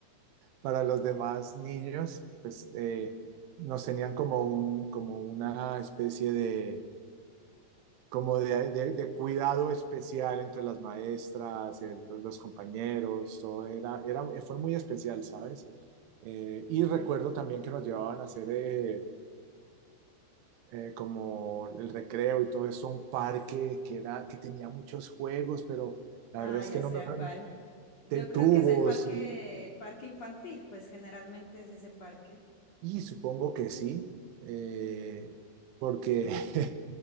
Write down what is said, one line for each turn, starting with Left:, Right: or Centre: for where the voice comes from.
Right: para los demás niños, pues eh, nos tenían como, un, como una especie de, como de, de- de cuidado especial entre las maestras, eh, los compañeros, todo era, era, fue muy especial, ¿sabes? Eh,
Left: sí.
Right: y recuerdo también que nos llevaban a hacer eh, eh, como el recreo y todo eso, un parque que era, que tenía muchos juegos, pero la
Left: Ah,
Right: verdad es
Left: ya
Right: que no
Left: sea
Right: me...
Left: cuál. Yo
Right: de
Left: creo
Right: tubos
Left: que es el parque,
Right: y
Left: parque infantil, pues generalmente es ese parque.
Right: Y supongo que sí, eh, porque <laughs>